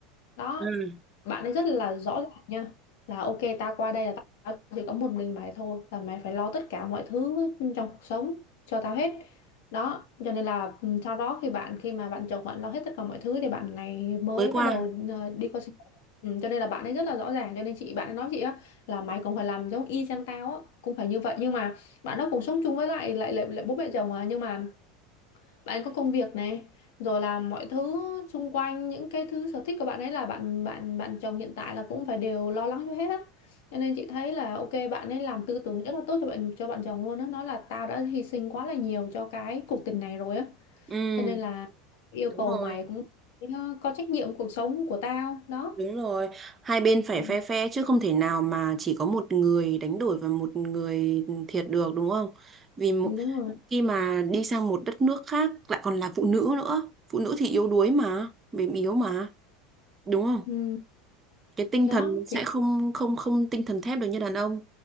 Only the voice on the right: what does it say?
Ừ.
mới qua.
Ừ,
đúng
rồi.
Đúng rồi, hai bên phải
phe phe chứ không thể nào mà chỉ có một người đánh đổi và một người thiệt được đúng không? Vì mo-
khi mà đi sang một đất nước khác lại còn là phụ nữ nữa, phụ nữ thì yếu đuối mà, mềm yếu mà, đúng không?
Cái tinh
thần nó sẽ
không không không tinh thần thép được như đàn ông.